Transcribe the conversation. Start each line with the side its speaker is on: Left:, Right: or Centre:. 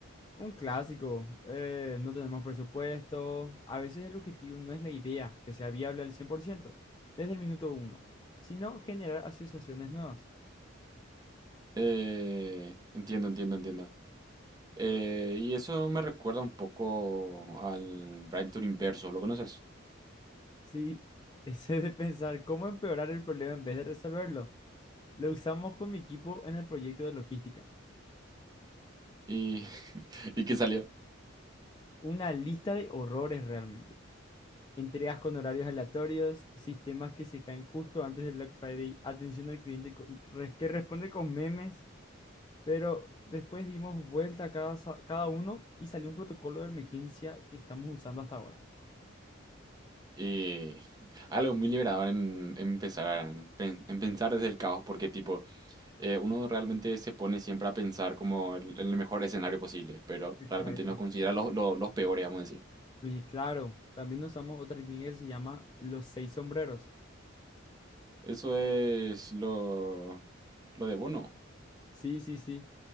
Left: un clásico, eh, no tenemos presupuesto. A veces el objetivo no es la idea que sea viable al 100% desde el minuto uno, sino generar asociaciones nuevas.
Right: Eh, entiendo, entiendo, entiendo. Eh, y eso me recuerda un poco al Prime Tour Inverso, ¿lo conoces?
Left: Sí, <laughs> ese de pensar cómo empeorar el problema en vez de resolverlo. Lo usamos con mi equipo en el proyecto de logística.
Right: Y, <laughs> y que salió.
Left: Una lista de horrores realmente. Entregas con horarios aleatorios, sistemas que se caen justo antes del Black Friday, atención al cliente co- re- que responde con memes. Pero después dimos vuelta a cada, sa- cada uno y salió un protocolo de emergencia que estamos usando hasta ahora.
Right: Y <laughs> algo muy liberador en, en empezar, pen- en pensar desde el caos, porque tipo, eh, uno realmente se pone siempre a pensar como el, el mejor escenario posible, pero
Left: Exacto.
Right: realmente no considera los, los, los peores, vamos a decir.
Left: Y claro, también usamos otra técnica que se llama los seis sombreros
Right: Eso es lo, lo de Bono.
Left: Sí, sí, sí.